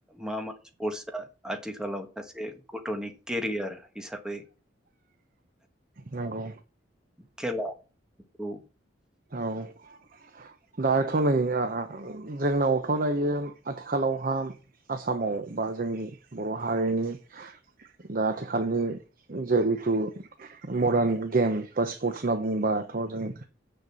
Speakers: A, in the centre; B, on the right.
A: मा मा स्पर्टसआ आथिखालाव सासे गथ'नि केरियार हिसाबै
B: नंगौ
A: खेला औ
B: औ <unintelligible> थ' नै आ-आ जोंनावथ' दायो आथिखालावहा आसामाव बा जोंनि बर' हारिनि दा आथिखालनि जेहुथु मडार्न गेम बा स्पर्टस होनना बुंबाथ' जों